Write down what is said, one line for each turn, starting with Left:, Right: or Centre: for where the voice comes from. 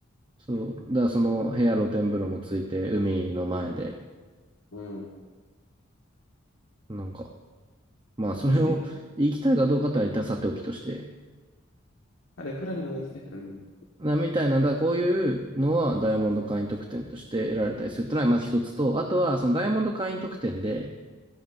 Right: そう。だからその部屋露天風呂もついて、海の前で、
Left: うん。
Right: なんか、まあ、それを行きたいかどうかってのは一旦さておきとして、
Left: いいね。あれ、いくらにのが行きたい。うん。
Right: なみたいな、だからこういうのはダイヤモンド会員特典として得られたりするっていうのはまず一つと、あとはそのダイヤモンド会員特典で、